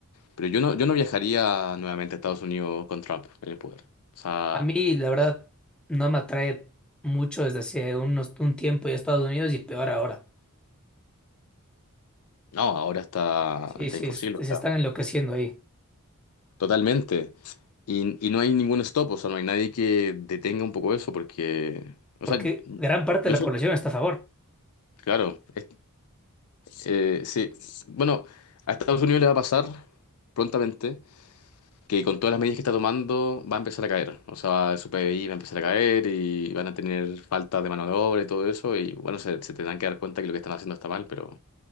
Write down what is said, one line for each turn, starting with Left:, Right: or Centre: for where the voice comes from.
Left: pero yo no, yo no viajaría nuevamente a Estados Unidos con Trump en el poder. O sea,
Centre: A mí, la verdad, no me atrae mucho desde hace unos, un tiempo ya Estados Unidos y peor ahora.
Left: no, ahora está,
Centre: Sí,
Left: está
Centre: sí,
Left: imposible,
Centre: es- se
Left: o sea,
Centre: están enloqueciendo ahí,
Left: totalmente. Y, y no hay ningún stop, o sea, no hay nadie que detenga un poco eso, porque, o
Centre: porque
Left: sea,
Centre: gran parte
Left: yo
Centre: de la
Left: soy,
Centre: población está a favor.
Left: claro, es- eh, sí, bueno, a Estados Unidos le va a pasar prontamente que con todas las medidas que está tomando va a empezar a caer. O sea, su PBI va a empezar a caer y van a tener falta de mano de obra y todo eso. Y bueno, se, se tendrán que dar cuenta que lo que están haciendo está mal, pero,